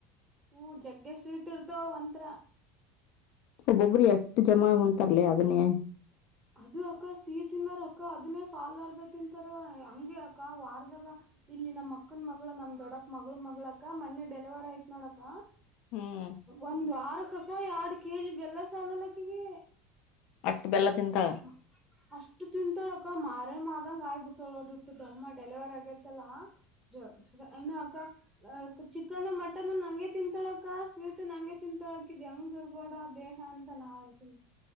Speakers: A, on the right (about 20°); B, on the left (about 65°).
A: ಹ್ಮ ಜಗ್ಗೆ ಸ್ವೀಟ್ ಇರ್ತವ ಅಂತ್ರ
B: ಒಬ್ಬೊಬ್ಬರು ಎಷ್ಟು ಜಮಾ ಉಂತಾರಳೆ ಅದನ್ನೇ
A: ಅದು ಅಕ್ಕ ಸಿಹಿ ತಿನ್ನೋರ ಅಕ್ಕ ಅದನ್ನೇ ಸಾಲಾರದ ತಿಂತಾರ ಅಂಗೆ ಅಕ್ಕ ವಾರದ ಇವಾಗ ಇಲ್ಲಿ ನಮ್ಮ್ ಅಕ್ಕನ್ ಮಗಳು ನಮ್ ದೊಡ್ಡಪ್ಪನ ಮಗಳ ಮಗಳಕ್ಕ ಮೊನ್ನೆ ಡೆಲಿವರ್ ಆಯ್ತ್ ನೋಡಕ್ಕ.
B: ಹ್ಮ್.
A: ಒಂದು ವಾರಕ್ಕ ಅಕ್ಕ ಎರಡು ಕೆಜಿ ಬೆಲ್ಲ ಸಾಲಲಕ್ಕಿಗೆ.
B: ಅಷ್ಟು ಬೆಲ್ಲ ತಿಂತಾಳ?
A: <unintelligible> ಅಷ್ಟು ತಿಂತಾಳಕ್ಕ ಮಾರಮ್ಮಮಾದಂಗ ಆಗ್ಬಿಟ್ಟಳ ಇಷ್ಟು ದಮ್ಮ ಡೆಲಿವರ್ ಆಗೇತಲ್ಲಾ. ಜೋಕ್ಸ್ ಸುಧ ಆನಾ ಅಕ್ಕ ಅ ಚಿಕನ್ ಮಟನ್ ನಂಗೆ ತಿಂತಾಳಕ್ಕ ಸ್ವೀಟ್ ನಂಗೆ ತಿಂತಾಳ ಇಕಿದ ಇದ್ ಹೆಂಗ್ ಇರ್ಬೋಡ ದೇಹ ಅಂತ ನಾ ಅಂತೀನಿ.